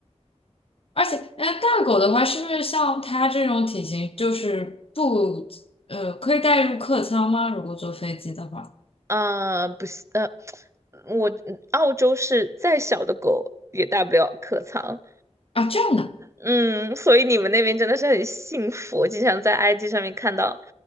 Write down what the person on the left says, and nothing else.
而且，哎，大狗的话，是不是像它这种体型，就是不，呃，可以带入客舱吗？如果坐飞机的话，
啊，这样的，